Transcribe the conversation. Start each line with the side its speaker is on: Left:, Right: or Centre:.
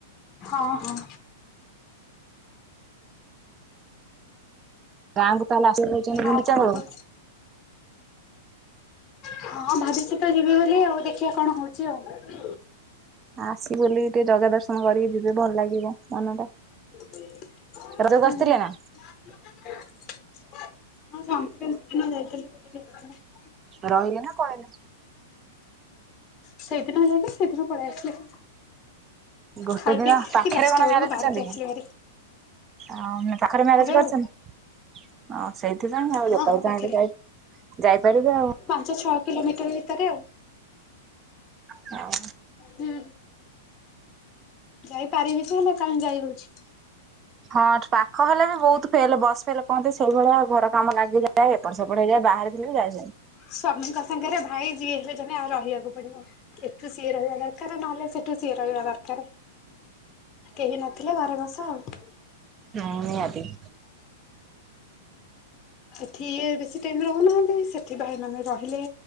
Left: ହଁ ହଁ
Right: ଗାଁଙ୍କୁ ତାହଲେ ଆସ ରଉଛନ୍ତି ଗୁଡି
Left: ଆଉ କଣ
Right: ଚାଉଳ
Left: କୁହ? ହଁ ଭାବିଚି ତ ଯିବି ବୋଲି ଆଉ ଦେଖିବା କଣ ହଉଛି ଆଉ
Right: ଆସିବୁ ବୁଲି କି ଟିକେ ଜଗା ଦର୍ଶନ କରିକି ଯିବେ ଭଲ ଲାଗିବ ମନ ଟା
Left: ହୁଁ ହଁ
Right: ରଜକୁ ଆସିଥିଲେ ନା
Left: ସଂକ୍ରାନ୍ତି ଦିନ ଯାଇଥିଲି ବୁଲିକି ଆସିଥିଲି
Right: ରହିଲେ ନା ପଳେଇଲେ
Left: ସେଇଦିନ ଯାଇକି ସେଇଦିନ ପଳେଇ ଆସିଲି
Right: ଗୋଟେ
Left: ଖାଇ
Right: ଦିନ
Left: ପିଇକି ରାତି
Right: ପାଖରେ
Left: ଦଶଟା
Right: କଣ
Left: ବେଳକୁ
Right: ମ୍ୟାରେଜ
Left: ବାହାରିକି
Right: କରିଛନ୍ତି
Left: ଆସିଲି
Right: କି?
Left: ହାରି
Right: ଆଉ ମ ପାଖରେ ମ୍ୟାରେଜ କରିଛନ୍ତି
Left: ଆଉ
Right: ହଁ ସେଇଥିପାଇଁ ଆଉ
Left: ହଁ
Right: ଯେତେବେଳେ
Left: ହଁ ପାଖରେ
Right: ଚାହିଁବେ ଯାଇ ଯାଇପାରିବେ ଆଉ
Left: ପାଞ୍ଚ ଛଅ କିଲୋମିଟର ଭିତରେ ଆଉ
Right: ହଁ
Left: ହୁଁ ଯାଇପାରିବି ଯେ ହେଲେ କାଇଁ ଯାଇ ହଉଛି
Right: ହଁ ପାଖ ହେଲେ ବି ବହୁତ ଫେଲେ ବସ ଫେଲେ କହନ୍ତି ସେଇଭଳିଆଉ ଘର କାମ ଲାଗିଯାଉଛି ଯ ଏପଟ ସେପଟ ହେଇଯାଏ ବାହାରେ ଥିଲେ ଯାଇ ହୁଏ
Left: ସ୍ବାମିଙ୍କ ସାଙ୍ଗରେ ଭାଇ ଯିଏ ହେଲେ ଜଣେ ଆଉ ରହିବାକୁ ପଡିବ ଏଠୁ ସିଏ ରହିବା ଦରକାର ନହେଲେ ସେଠି ସିଏ ରହିବା ଦରକାର କେହି ନଥିଲେ ଘରେ ବସ ଆଉ
Right: ହଁ ନିହାତି
Left: ଆ <inaudible> ଏଠି ଇଏ ବେଶୀ ଟାଇମରେ ରହୁନାହାନ୍ତି ସେଠି ଭାଇ ମାନେ ରହିଲେ